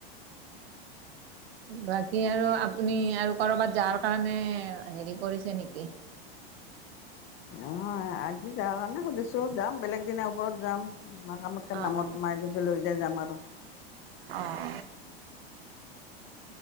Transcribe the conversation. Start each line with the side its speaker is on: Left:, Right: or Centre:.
Right: বাকী আৰু আপুনি আৰু কৰবাত যোৱাৰ কাৰণে হেৰি কৰিছে নেকি?
Left: নহয় আজি যাৱ কাৰণে সুধিছো যাম বেলেগ দিনা ওপৰত যাম। মা কামাখ্যাৰ
Right: অঁ
Left: নামত মায়ে যদি লৈ যায় যাম আৰু।
Right: অঁ